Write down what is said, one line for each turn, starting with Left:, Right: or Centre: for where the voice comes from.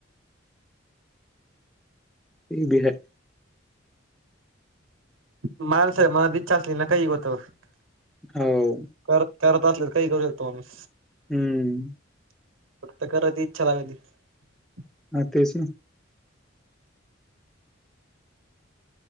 Centre: ते बी आहे.
Right: <unintelligible>
Centre: हो‌.
Right: करत करत असले तर काही करू शकतो माणूस.
Centre: हम्म.
Right: <inaudible>
Centre: हा तेच ना.